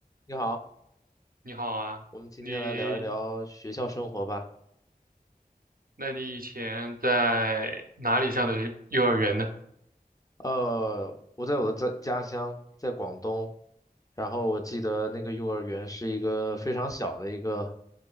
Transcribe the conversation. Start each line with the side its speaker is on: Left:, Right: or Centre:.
Left: 你好，
Right: 你好啊，
Left: 我们今天来聊一聊学校生活吧。
Right: 你，那你以前在哪里上的幼儿园呢？
Left: 呃，我在我的家家乡，在广东，然后我记得那个幼儿园是一个非常小的一个